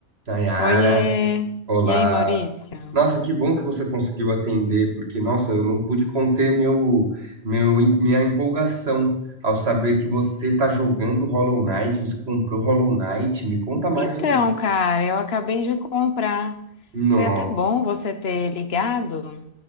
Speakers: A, on the right; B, on the left.
A: Nayara,
B: Oiê!
A: olá.
B: E aí, Maurício?
A: Nossa, que bom que você conseguiu atender, porque, nossa, eu não pude conter meu, meu, minha empolgação ao saber que você tá jogando Hollow Knight, você comprou Hollow Knight. Me conta mais
B: Então,
A: sobre isso.
B: cara, eu acabei de comprar.
A: Nossa.
B: Foi até bom você ter ligado,